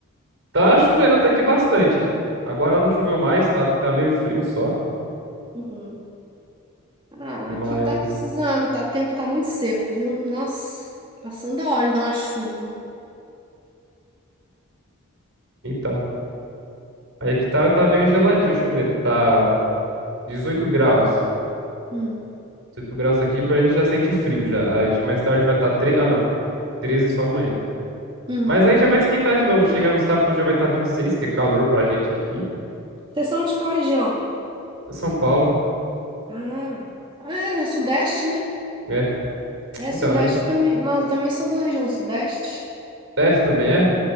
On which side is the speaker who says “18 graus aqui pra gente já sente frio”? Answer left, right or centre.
Right